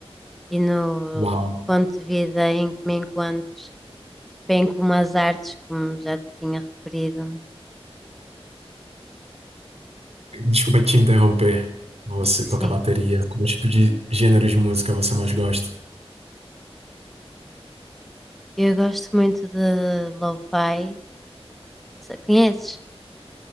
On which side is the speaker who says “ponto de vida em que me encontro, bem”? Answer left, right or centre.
Centre